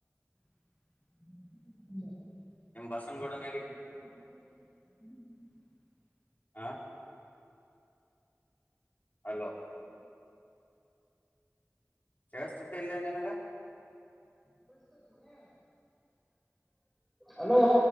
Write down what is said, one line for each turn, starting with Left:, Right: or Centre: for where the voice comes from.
Centre: ಹ
Left: ನಿಮ್ ಬಸನಗೂಡನಲ್ಲಿ
Centre: ಹ
Left: ಆ ಹಲೋ ಕೇಳಿ ಸ್ಥಿತಿ ಇಲ್ಲಲೇ ನಿನಗ
Centre: ಅಲೋ